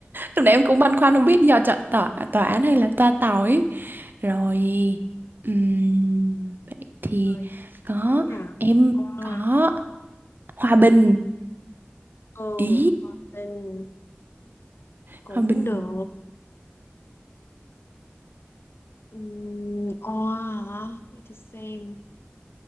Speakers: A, on the right; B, on the left.
A: Lúc nãy em cũng băn khoăn không biết giờ chọn tòa, tòa án hay là toa tàu ấy. Rồi, ừm, vậy thì
B: Rồi,
A: có
B: gì nhở
A: em
B: oa
A: có hòa bình.
B: ừ
A: Ý,
B: Hòa bình cũng
A: hòa bình.
B: được Ừm, oa hả để tôi xem